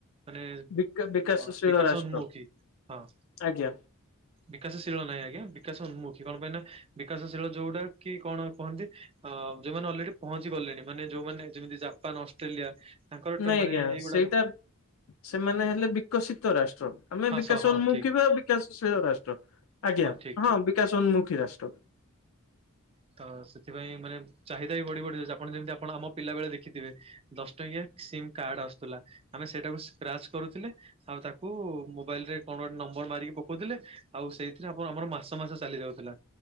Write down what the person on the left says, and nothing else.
ବିକା ବିକାଶଶୀଳ
ରାଷ୍ଟ୍ର
ଆଜ୍ଞା
ନାଇଁ
ଆଜ୍ଞା।
ସେଇଟା ସେମାନେ ହେଲେ ବିକଶିତ ରାଷ୍ଟ୍ର। ଆମେ
ବିକାଶ
ଉନ୍ମୁଖୀ
ବା ବିକାଶଶୀଳ ରାଷ୍ଟ୍ର। ଆଜ୍ଞା,
ହଁ
ବିକାଶ ଉନ୍ମୁଖୀ ରାଷ୍ଟ୍ର।